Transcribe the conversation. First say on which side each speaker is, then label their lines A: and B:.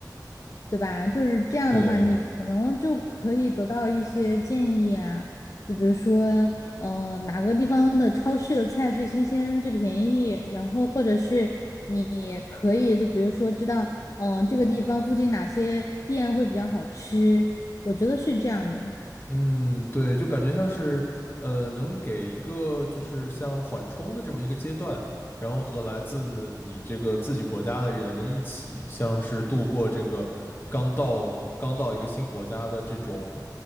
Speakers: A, on the left; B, on the left.
A: 对吧？就是这样的话，
B: 对，
A: 你可能就可以得到一些建议啊，就比如说，嗯、哪个地方的超市的菜最新鲜、最便宜，然后或者是你可以就比如说知道，嗯、这个地方附近哪些店会比较好吃，我觉得是这样的。
B: 嗯，对，就感觉像是，呃，能给一个就是像缓冲的这么一个阶段，然后和来自你这个自己国家的人一起，像是度过这个刚到刚到一个新国家的这种